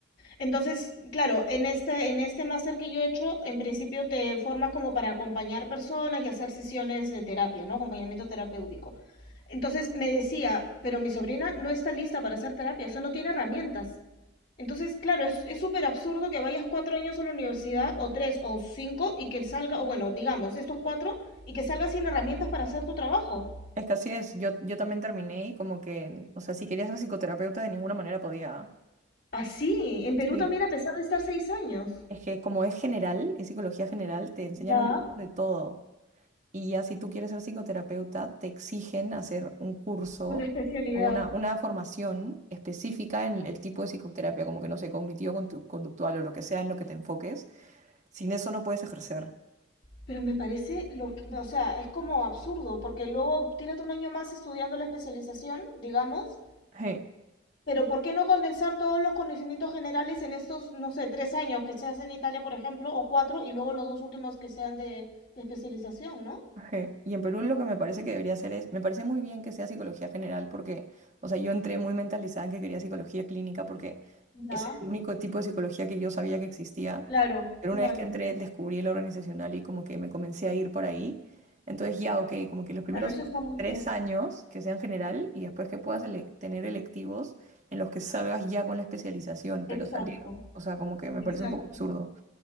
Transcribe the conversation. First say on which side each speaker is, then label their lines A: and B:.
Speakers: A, on the left; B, on the right.
A: Entonces, claro, en este, en este máster que yo he hecho, en principio te formas como para acompañar personas y hacer sesiones de terapia, ¿no? Acompañamiento terapéutico. Entonces me decía, pero mi sobrina no está lista para hacer terapia, o sea, no tiene herramientas. Entonces, claro, es es súper absurdo que vayas cuatro años a la universidad, o tres, o cinco, y que salga, o bueno, digamos, estos cuatro, y que salgas sin herramientas para hacer tu trabajo.
B: Es que así es, yo, yo también terminé y como que, o sea, si quería ser psicoterapeuta de ninguna manera podía.
A: Así, en Perú
B: Sí.
A: también a pesar de estar seis años.
B: Es que como es general, es psicología general, te enseñan
A: Ya,
B: un poco de todo. Y ya si tú quieres ser psicoterapeuta, te exigen hacer un curso
A: una especialidad.
B: o una, una formación específica en el tipo de psicoterapia, como que no sé, cognitivo-conductual o lo que sea en lo que te enfoques. Sin eso no puedes ejercer.
A: Pero me parece, lo que- o sea, es como absurdo, porque luego tírate un año más estudiando la especialización, digamos,
B: Sí,
A: pero ¿por qué no condensar todos los conocimientos generales en estos, no sé, tres años que se hacen en Italia, por ejemplo, o cuatro, y luego los dos últimos que sean de, de especialización, ¿no?
B: sí. Y en Perú lo que me parece que debería hacer es, me parece muy bien que sea psicología general porque, o sea, yo entré muy mentalizada en que quería psicología clínica porque
A: Ya,
B: es el único tipo de psicología que yo sabía que existía,
A: claro,
B: pero
A: Claro,
B: una vez que entré descubrí la organizacional y como que me comencé a ir por ahí. Entonces ya, ok, como que los primeros
A: claro, eso está muy
B: tres
A: bien.
B: años que sean general y después que puedas ele- tener electivos en los que salgas ya con la especialización, pero
A: Exacto,
B: salir, o sea, como que me
A: exacto.
B: parece un poco absurdo.